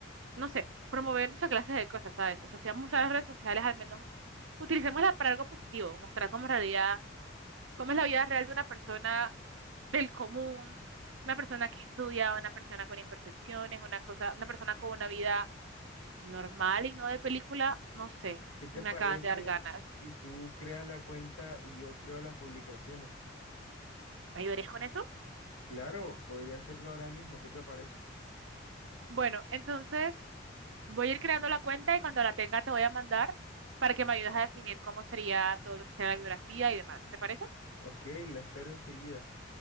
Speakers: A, on the right; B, on the left.
A: no sé, promoviendo esa clase de cosas, ¿sabes? O sea, si vamos a usar las redes sociales, al menos utilicémoslas para algo positivo, mostrar cómo en realidad, cómo es la vida real de una persona del común, una persona que estudia, una persona con imperfecciones, una cosa, una persona con una vida normal y no de película, no sé,
B: ¿Qué te
A: me
B: parece
A: acaban de dar ganas.
B: si tú creas la cuenta y yo creo las publicaciones?
A: ¿Me ayudarías con eso?
B: Claro, podría hacerlo ahora mismo. ¿Qué te parece?
A: Bueno, entonces voy a ir creando la cuenta y cuando la tenga te voy a mandar para que me ayudes a definir cómo sería todo lo que sea la biografía y demás. ¿Te parece?
B: Ok, la espero enseguida.